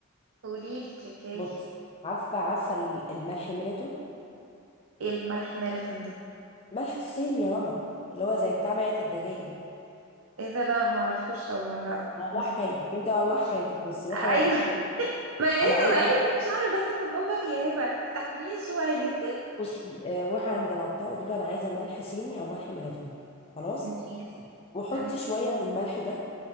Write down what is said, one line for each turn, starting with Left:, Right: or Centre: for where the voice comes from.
Right: قوليلي تركاية
Left: بصي عارفه عارفه الملح الميلتون
Right: ايه الملح ماراثون ده
Left: ملح الصين يا رنا اللي هو زي بتاع ميه الدجاج
Right: ايه ده لا معرفوش طبعا لا
Left: والله
Right: بس
Left: حكايتك انت والله حكايتك بصي روحي للعطار
Right: ايوه <laughs> ما أنا
Left: انا
Right: لسه
Left: عايزه
Right: بقالي كام شهر بس في المطبخ يا هبه استحمليني شويه
Left: بصي آه، روحي عند العطار قولي له انا عايزه ملح صيني او ملح ميلاتوني خلاص
Right: <laughs> ماشي
Left: وحطي
Right: تمام
Left: شويه من الملح ده